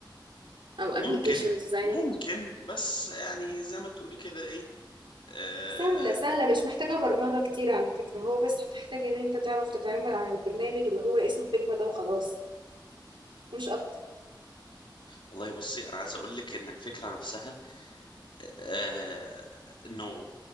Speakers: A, on the right; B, on the left.
A: او ابلكيشن
B: ممكن
A: ديزاينر
B: ممكن بس يعني زي ما تقولي كده ايه آه
A: سهلة سهلة مش محتاجة برمجة كتير على فكرة هو بس محتاج ان انت تعرف تتعامل على البرنامج اللي هو اسمه فيجما ده وخلاص مش اكتر
B: والله بصي انا عايز اقول لك ان الفكره نفسها آه انه